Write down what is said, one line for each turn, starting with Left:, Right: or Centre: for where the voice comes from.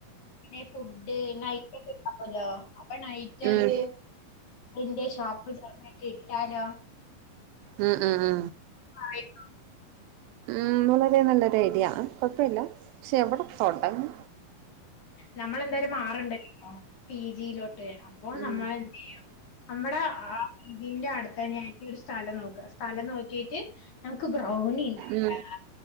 Left: പിന്നെ ഫുഡ് നൈറ്റൊക്കെണ്ടാവല്ലോ അപ്പൊ നൈറ്റ് ആയിട്ട്
Right: ഉം
Left: ന്റെ ഷോപ്പ് ചർതായിട്ട് ഇട്ടാലോ
Right: ഉ ഉ ഉ
Left: പറയുന്നു.
Right: ഉം വളരെ നല്ലൊരു ഐഡിയാണ് കൊഴപ്പില്ല. പക്ഷെ എവിടെ തൊടങ്ങും?
Left: നമ്മളെന്തായാലും മാറണ്ടല്ലോ പീ ജീ ലോട്ട്. അപ്പൊ
Right: ഉം
Left: നമ്മൾ എന്ത് ചെയ്യും? നമ്മുടെ ആ ഇതിന്റെ അട്ത്തന്നെയായിട്ട് ഒരു സ്ഥലം നോക്ക്കാ. സ്ഥലം നോക്കീറ്റ് നമ്ക്ക് ബ്രൗണി ഇണ്ടാക്കാ
Right: ഉം